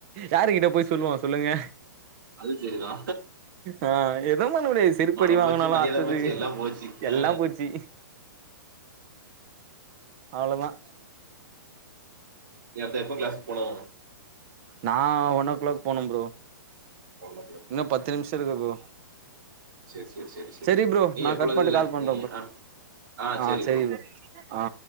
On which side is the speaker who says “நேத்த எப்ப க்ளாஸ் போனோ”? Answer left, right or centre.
Right